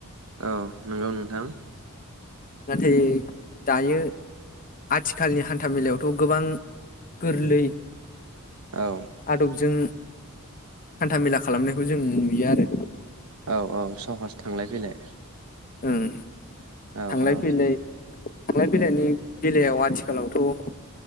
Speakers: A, on the right; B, on the left.
A: औ नंगौ नोंथां।
B: नाथाय दायो आथिखालनि हान्था मेलायावथ' गोबां गोरलै।
A: औ
B: आदबजों। हान्था मेला खालामनायखौ जों नुयो आरो
A: औ औ सहस थांलाय फैलाय।
B: ओं।
A: औ
B: थांलाइ
A: औ
B: फैलाय। थांलाय फैलायनि बेलायाव आथिखालावथ'